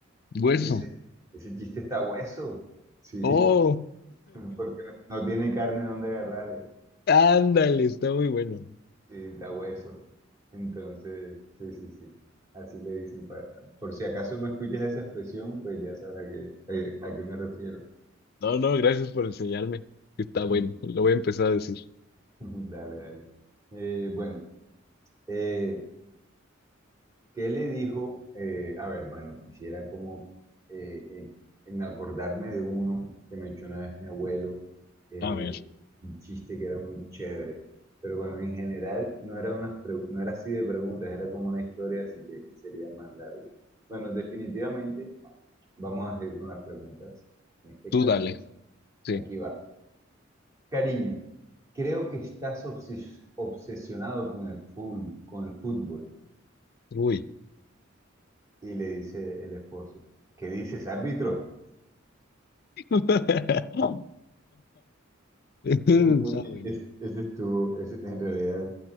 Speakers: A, on the left; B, on the right.
A: Hueso.
B: Uno dice, ese chiste está hueso. Sí,
A: Oh,
B: <laughs> porque no, no tiene carne donde agarrarle.
A: <laughs> ándale, está muy bueno.
B: Sí, está hueso. Entonces, sí, sí, sí. Así le dicen. pa- por si acaso me escuchas esa expresión, pues ya sabes a qué, a a qué me refiero.
A: No, no, gracias por enseñarme. Está
B: <laughs>
A: bueno, lo voy a empezar a decir.
B: Dale, dale. Eh, bueno, eh, ¿Qué le dijo? eh, a ver, bueno, quisiera como eh, eh, me acordarme de uno que me echó una vez mi abuelo, eh,
A: A ver,
B: un chiste que era muy chévere. Pero bueno, en general no era unas pregu- no era así de preguntas, era como una historia, así que sería más largo. Bueno, definitivamente vamos a seguir con las preguntas. En este
A: tú
B: caso,
A: dale. Sí.
B: aquí va. Cariño, creo que estás obses- obsesionado con el fútbol, con el fútbol.
A: Uy.
B: Y le dice el esposo, ¿qué dices, árbitro?
A: <laughs> Está
B: Uy,
A: bueno.
B: es- ese estuvo, es, en realidad,